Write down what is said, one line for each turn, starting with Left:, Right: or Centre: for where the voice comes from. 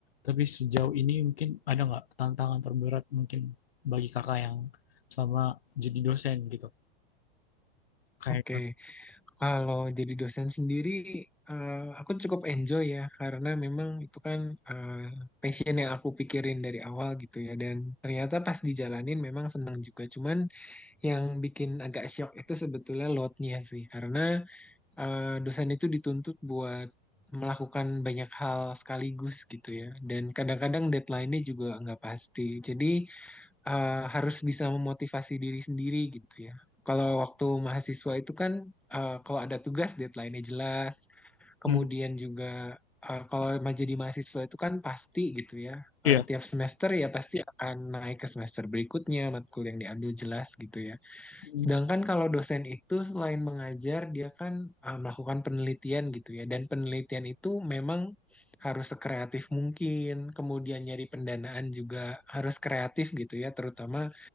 Left: tapi sejauh ini mungkin ada nggak tantangan terberat mungkin bagi kakak yang selama jadi dosen gitu kayak
Centre: Oke, Kalau jadi dosen sendiri, eh, aku cukup enjoy ya karena memang itu kan eh, passion yang aku pikirin dari awal gitu ya. Dan ternyata pas dijalanin memang senang juga. Cuman yang bikin agak shock itu sebetulnya loadnya sih karena eh, dosen itu dituntut buat melakukan banyak hal sekaligus gitu ya. Dan kadang-kadang deadline-nya juga nggak pasti. Jadi eh, harus bisa memotivasi diri sendiri gitu ya. Kalau waktu mahasiswa itu kan eh, kalau ada tugas deadline-nya jelas. Kemudian
Left: hmm,
Centre: juga eh, kalau ma- jadi mahasiswa itu kan pasti gitu ya.
Left: iya
Centre: Eh, tiap semester ya pasti akan naik ke semester berikutnya, matkul yang diambil jelas gitu ya.
Left: Hmm,
Centre: Sedangkan kalau dosen itu selain mengajar, dia kan uh, melakukan penelitian gitu ya. Dan penelitian itu memang harus sekreatif mungkin. Kemudian nyari pendanaan juga harus kreatif gitu ya. Terutama